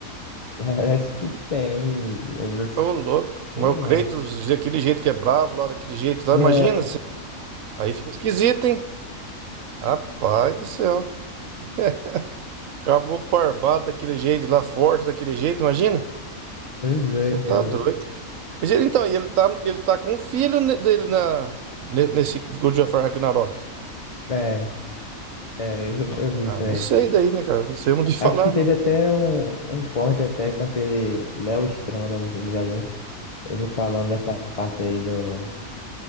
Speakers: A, on the left (about 30°); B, on the right (about 70°).
A: <laughs> parece que tem, aí você,
B: Ô, louco.
A: sei
B: Mas
A: lá.
B: o Kratos, daquele jeito que é bravo, lá daquele jeito lá, imagina.
A: É,
B: cê- Aí fica esquisito, hein? Rapaz do céu. <laughs> Caboclo barbado daquele jeito lá, forte daquele jeito, imagina.
A: <laughs> pois é,
B: Você
A: cara.
B: tá doido. Mas ele- Então, e ele tá, ele tá com um filho ne- dele na, ne- nesse God of War Ragnarok.
A: É, é, eu, eu vi
B: Ah,
A: isso
B: não
A: aí.
B: sei daí, né, cara? Não sei, eu não vi <laughs> falar,
A: Acho que
B: não.
A: teve até um, um corte até com aquele Léo Stronda, não sei se você já viu, ele falando dessa parte aí do,